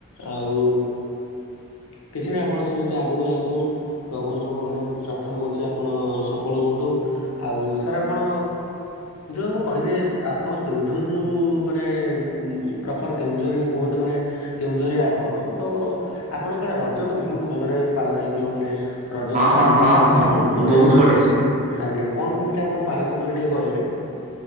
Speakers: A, on the left; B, on the right.
A: ଆଉ କିଛି ନାହିଁ ଆପଣ ସେମିତି ଆଗକୁ ଯାଆନ୍ତୁ ଭଗବାନଙ୍କ ପାଖରେ ପ୍ରାର୍ଥନା କରୁଛି ଆପଣ ସଫଳ ହୁଅନ୍ତୁ ଆଉ ସାର୍ ଆପଣ ଯୋଉ ଆମ କହିଲେ ଆପଣ କେଉଁଝରରୁ ମାନେ ପ୍ରପର କେଉଁଝର କୁହନ୍ତୁ ମାନେ କେଉଁଝରିଆ ଆପଣ ତ ଆପଣଙ୍କ ଆଡେ ରଜ ତ ବହୁତ ଭଲରେ ପାଳନ ହେଇଥିବ ମାନେ ରଜର ଚାହିଦା
B: ହଁ ହଁ
A: ଆପଣଙ୍କ
B: ହଁ ହଁ
A: ଆଡେ ବହୁତ ବଢିଆ
B: ସେ
A: ଆଜ୍ଞା କଣ କେମିତି ଆପଣ ପାଳନ କଲେ ଟିକେ କହିବେ